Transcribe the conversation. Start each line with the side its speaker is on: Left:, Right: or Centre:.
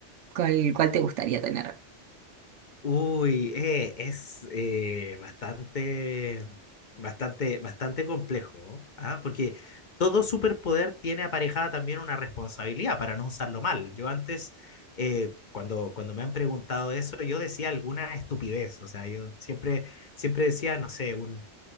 Right: ¿cuál, cuál te gustaría tener?
Left: Uy, eh, es eh, bastante, bastante, bastante complejo, ¿ah? Porque todo superpoder tiene aparejada también una responsabilidad para no usarlo mal. Yo antes, eh, cuando, cuando me han preguntado eso, yo decía alguna estupidez, o sea, yo siempre, siempre decía, no sé, un,